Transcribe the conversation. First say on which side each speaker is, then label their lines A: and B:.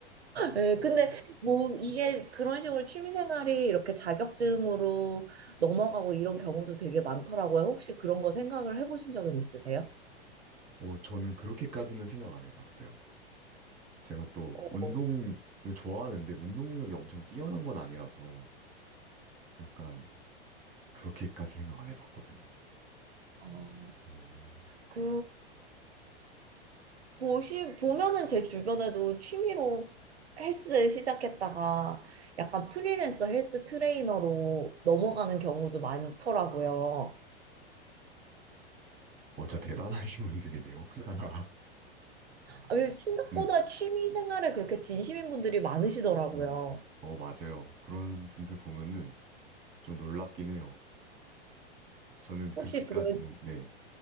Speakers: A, on the right; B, on the right.
A: 예, 근데 뭐 이게 그런 식으로 취미생활이 이렇게 자격증으로 넘어가고 이런 경우도 되게 많더라고요. 혹시 그런 거 생각을 해보신 적은 있으세요?
B: 어, 저는 그렇게까지는 생각 안 해봤어요. 제가 또
A: 어,
B: 운동을 좋아하는데 운동 능력이 엄청 뛰어난 건 아니라서 약간 그렇게까지 생각 안 해봤거든요.
A: 어,
B: 오,
A: 그 보시 보면은 제 주변에도 취미로 헬스 시작했다가 약간 프리랜서 헬스 트레이너로 넘어가는 경우도 많더라고요.
B: 어, 진짜 대단하신 분들이네요. <laughs>
A: 아, 왜 생각보다
B: 네.
A: 취미 생활에 그렇게 진심인 분들이 많으시더라고요.
B: 음. 어, 맞아요. 그런 분들 보면은 좀 놀랍긴 해요. 저는
A: 혹시
B: 그렇게까지는,
A: 그러면
B: 네.